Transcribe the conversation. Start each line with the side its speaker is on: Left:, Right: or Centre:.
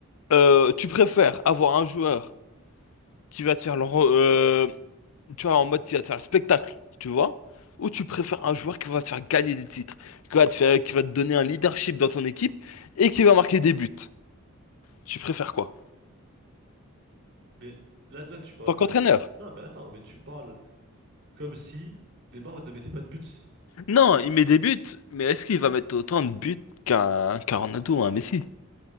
Left: euh, tu préfères avoir un joueur qui va te faire le, re- euh, tu vois, en mode qui va te faire le spectacle, tu vois, ou tu préfères un joueur qui va te faire gagner des titres, qui va te faire, qui va te donner un leadership dans ton équipe et qui va marquer des buts. Tu préfères quoi?
Right: Mais là, là tu parles
Left: Tant qu'entraîneur?
Right: de... Non mais attends, mais tu parles comme si Neymar ne mettait pas de but.
Left: Non, il met des buts, mais est-ce qu'il va mettre autant de buts qu'un qu'un Ronaldo ou un Messi?